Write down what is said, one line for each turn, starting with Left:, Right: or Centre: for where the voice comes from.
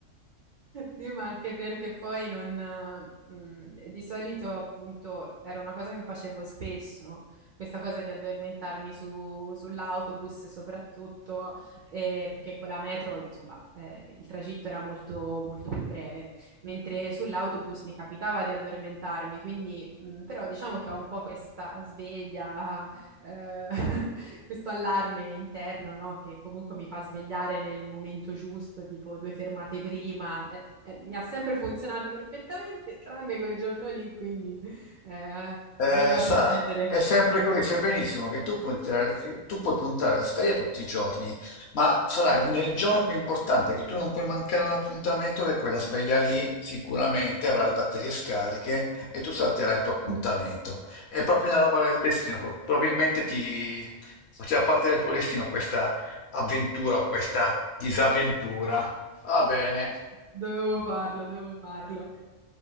Right: Sì, ma anche perché poi non, eh, mh, di solito appunto era una cosa che facevo spesso, questa cosa di addormentarmi su- sull'autobus soprattutto, eh, perché con la metro insomma eh, il tragitto era molto, molto più breve, mentre sull'autobus mi capitava di addormentarmi, quindi mh, però diciamo che ho un po' questa sveglia, eh, <laughs> questo allarme interno, no? Che comunque mi fa svegliare nel momento giusto, tipo due fermate prima. Eh, eh, Mi ha sempre funzionato perfettamente, tranne quel giorno lì, quindi eh,
Left: Eh,
Right: doveva
Left: Sara,
Right: succedere.
Left: è sempre così, sai benissimo che tu puoi, puntare, tu puoi puntare la sveglia tutti i giorni, ma sarà nel giorno più importante che tu non puoi mancare un appuntamento, che quella sveglia lì sicuramente avrà le batterie scariche e tu salterai il tuo appuntamento.
Right: <laughs>
Left: È proprio una roba del destino, pro- probabilmente ti faceva parte del tuo destino questa avventura o questa disavventura. Va bene,
Right: Dovevo farlo, dovevo farlo.